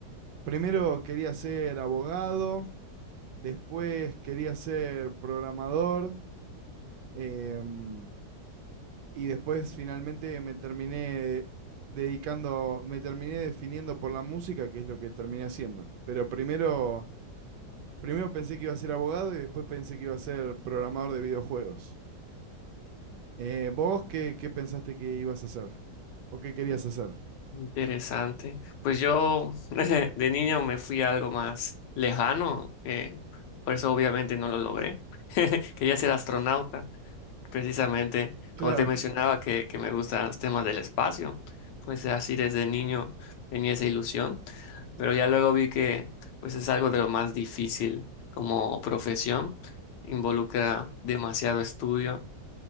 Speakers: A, on the right; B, on the left.
A: Primero quería ser abogado, después quería ser programador, em, y después finalmente me terminé dedicando, me terminé definiendo por la música, que es lo que terminé haciendo. Pero primero, primero pensé que iba a ser abogado y después pensé que iba a ser programador de videojuegos. Eh, ¿vos qué, qué pensaste que ibas a hacer? ¿O qué querías hacer?
B: Interesante. Pues yo <laughs> de niño me fui a algo más lejano, eh, por eso obviamente no lo logré. <laughs> Quería ser astronauta. Precisamente,
A: Claro,
B: como te mencionaba, que, que me gustan los temas del espacio, pues así desde niño tenía esa ilusión, pero ya luego vi que pues es algo de lo más difícil como profesión, involucra demasiado estudio